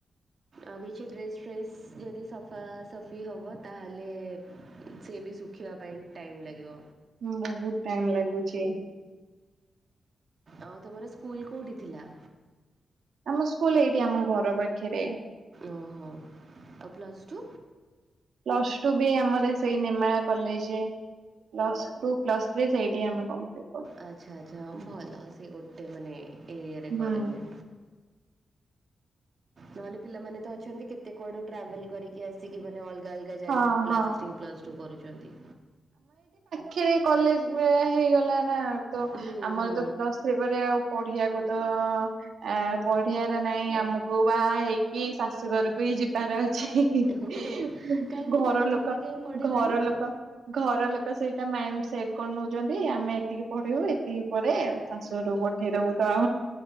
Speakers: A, on the right (about 45°); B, on the right (about 85°).
A: ଆଉ କିଛି ଡ୍ରେସ୍ ଫ୍ରେସ୍ ଯଦି ସଫାସଫି ହେବ ତାହେଲେ ସେ ବି ଶୁଖିବା ପାଇଁ ଟାଇମ୍ ଲାଗିବ।
B: ହୁଁ ବହୁତୁ ଟାଇମ ଲାଗୁଛି।
A: ଆଉ ତମର ସ୍କୁଲ କୋଉଠି ଥିଲା?
B: ଆମ ସ୍କୁଲ ଏଇଠି ଆମ ଘର ପାଖରେ
A: ଓହୋ ଆଉ ପ୍ଲସ୍ ଟୁ?
B: ପ୍ଲସ ଟୁ ବି ଆମର ସେଇ ନିମାଳା କଲେଜରେ ପ୍ଲସ ଟୁ ପ୍ଲସ ଥ୍ରୀ ସେଇଠି ଆମେ କରୁ।
A: ଆଚ୍ଛା ଆଛା ହଁ ଭଲ ସେ ଗୋଟେ ମାନେ ଏରିଆରେ କରିଲେ।
B: ହୁଁ
A: ନହେଲେ ପିଲାମାନେ ତ ଅଛନ୍ତି କେତେ କୁଆଡୁ ଟ୍ରାଭେଲ କରିକି ଆସିକି ମାନେ ଅ ଅଲଗା ଅଲଗା ଜାଗାରେ
B: ହଁ
A: ପ୍ଲସ୍
B: ହଁ
A: ଥ୍ରୀ ପ୍ଲସ୍ ଟୁ କରୁଛନ୍ତି।
B: ଖେରେ କଲେଜ ହେଇଗଲା ନା। ତ
A: ହୁଁ
B: ଆମର
A: ହୁଁ
B: ତ ପ୍ଲସ୍ ଥ୍ରୀ ପରେ ଆଉ ପଢିବାକୁ ତ ଅ ପଢିବାର ନାଇଁ ଆମକୁ ବାହା ହେଇକି ଶାଶୁଘରକୁ ହିଁ ଯିବାର ଅ ଛି ହିଁ
A: ଓହୋ
B: ହିଁ
A: କାହିଁକି
B: ଘର
A: ମାନେ
B: ଲୋକ
A: ତମେ କାହିଁ ପଢିଲନି?
B: ଘର ଲୋକ ଘର ଲୋକ ସେଇଟା ମାଇଣ୍ଡ ସେଟ୍ କରିନେଉଛନ୍ତି ଆମେ ଏତିକି ପଢ଼େଇବୁ ଏତିକି ଉପରେ ଶାଶୁଘରୁ କୁ ପଠେଇ ଦେବୁ ତ ଆ